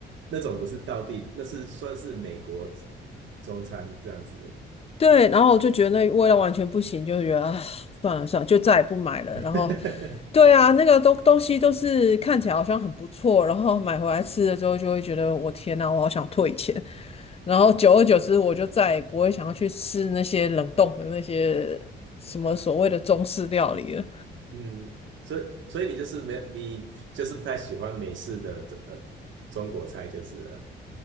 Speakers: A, on the right; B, on the left.
A: 那种不是道地，那是算是美国中餐这样子。
B: 对，然后我就觉得那味道完全不行，就觉得啊，算了算了，就再也不买了。
A: <laughs>
B: 然后，对啊，那个东东西都是看起来好像很不错，然后买回来吃了之后，就会觉得我天呐，我好想退钱。然后久而久之，我就再也不会想要去吃那些冷冻的那些什么所谓的中式料理了，
A: 嗯，所以所以你就是没你就是不太喜欢美式的呃中国菜，就是了，